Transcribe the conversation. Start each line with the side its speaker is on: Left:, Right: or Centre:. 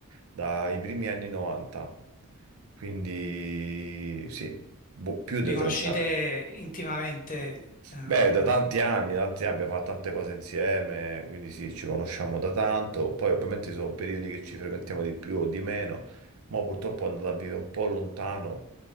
Right: dai primi anni 90. Quindi, sì, boh, più di
Left: Vi conoscete
Right: 30 anni.
Left: intimamente, eh,
Right: Beh,
Left: ecco,
Right: da
Left: quindi-
Right: tanti anni, tanti anni abbiamo fatto tante cose insieme, quindi sì, ci conosciamo da tanto. Poi ovviamente ci sono periodi che ci frequentiamo di più o di meno, ma purtroppo è andata a vivere un po' lontano,